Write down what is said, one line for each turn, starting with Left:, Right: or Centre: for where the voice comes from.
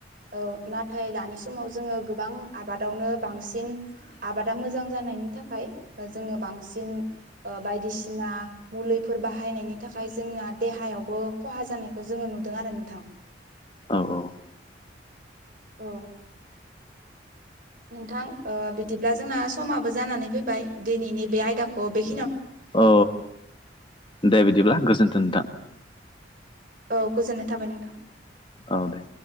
Right: औ नाथाय दानि समाव जोङो गोबां आबादावनो बांसिन आबादा मोजां जानायनि थाखाय जोङो बांसिन बायदिसिना मुलिफोर बाहायनायनि थाखाय जोंना देहायावबो खहा जानायखौ जोङो नुदों आरो नोंथां
Left: औ औ
Right: औ नोंथां बिदिब्ला जोंना समाबो जानानै फैबाय दिनैनि बे आयदाखौ बे
Left: औ दे बिदिब्ला गोजोन्थो नोंथां
Right: औ गोजोननाय थाबाय नोंथां
Left: औ दे